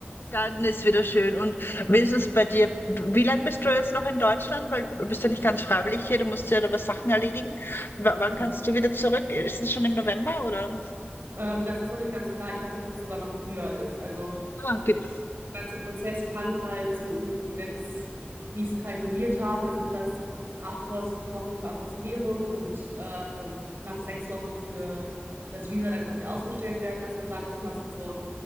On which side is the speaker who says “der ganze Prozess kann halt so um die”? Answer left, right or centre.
Right